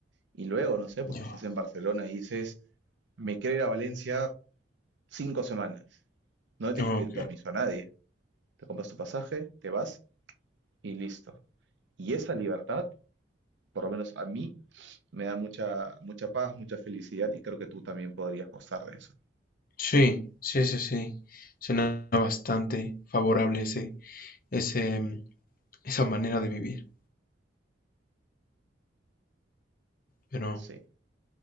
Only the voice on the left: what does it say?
Ya.
Ok.
Sí, sí, sí, sí. Suena bastante favorable ese, ese, mm, esa manera de vivir. Pero,